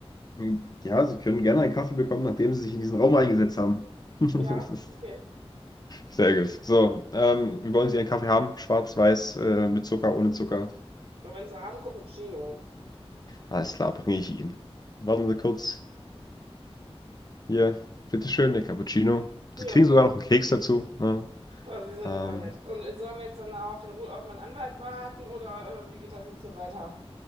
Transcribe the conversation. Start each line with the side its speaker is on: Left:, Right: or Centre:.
Left: Hm, Ja, Sie können gerne einen Kaffee bekommen, nachdem Sie sich in diesen Raum eingesetzt haben. <laughs> Das
Right: Ja,
Left: ist
Right: okay.
Left: Sehr gut. So, ähm, wie wollen Sie einen Kaffee haben? Schwarz, weiß, äh, mit Zucker, ohne Zucker?
Right: Und wenn Sie haben, Cappuccino.
Left: Alles klar, bringe ich Ihnen. Warten Sie kurz. Hier, bitteschön, der Cappuccino.
Right: Jawohl.
Left: Sie kriegen sogar noch einen Keks dazu. Ne?
Right: Boah, Sie sind
Left: Ähm,
Right: aber nett. Und sollen wir jetzt dann auf den Ru- auf meinen Anwalt warten oder äh, wie geht das jetzt hier weiter?